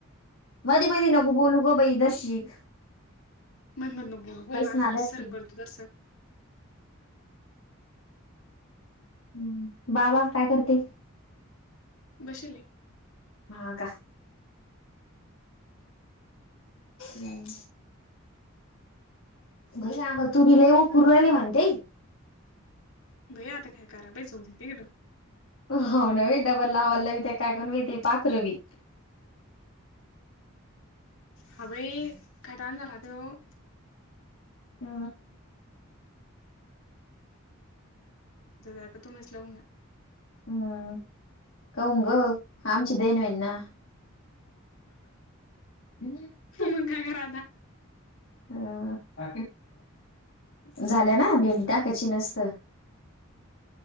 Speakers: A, on the left (about 70°); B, on the left (about 85°).
A: मधी मधी नको बोलू ग बाई दर्शिक
B: मंद मंद न होय
A: नादात
B: आगत सर
A: ती
B: बरतु दर सर
A: हम् बाबा काय करते
B: बसेले
A: महा का हम् भै आग तुरी ल उ खुरुली म्हतेई
B: भै आता काय करा पहि च होती तकडं
A: हाव ना बाई डब्बा लावा लवीत्या काय कनु बाई ते पाखरं बी
B: हा बाई काय टाईम झाला आता हेव
A: अ.
B: जर आता तुम्हीच लावून घ्या
A: हम्म कोन ग आमच देन आहे ना. हम्.
B: मग काय करा आता
A: अ झाल्या ना भेंडी टाकायची नसत.